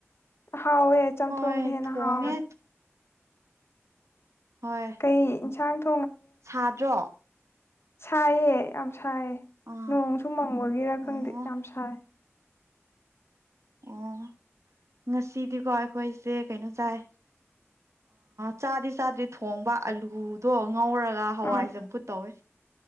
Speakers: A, on the left (about 60°); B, on the right (about 80°).
A: ꯍꯥꯎꯋꯦ ꯆꯝꯊꯣꯡꯅ
B: ꯍꯣꯏ
A: ꯍꯦꯟꯅ
B: ꯊꯣꯡꯉꯦ
A: ꯍꯥꯎꯔꯦ
B: ꯍꯣꯏ
A: ꯀꯩ ꯏꯟꯁꯥꯡ ꯊ
B: ꯁꯥꯗ꯭ꯔꯣ
A: ꯁꯥꯏꯌꯦ ꯌꯥꯝ ꯁꯥꯏꯌꯦ
B: ꯑꯥ
A: ꯅꯣꯡꯁꯨ ꯃꯪꯕꯒꯤꯔꯥ ꯈꯪꯗꯦ
B: ꯑꯣ
A: ꯌꯥꯝ ꯁꯥꯏ
B: ꯑꯣ ꯉꯁꯤꯗꯤꯀꯣ ꯑꯩꯈꯣꯏꯁꯦ ꯀꯩꯅꯣ ꯆꯥꯏ ꯆꯥꯗꯤ ꯆꯥꯗ꯭ꯔꯤ ꯊꯣꯡꯕ ꯑꯥꯂꯨꯗꯣ ꯉꯧꯔꯒ ꯍꯋꯥꯏ
A: ꯎꯝ
B: ꯆꯝꯐꯨꯠ ꯇꯧꯋꯦ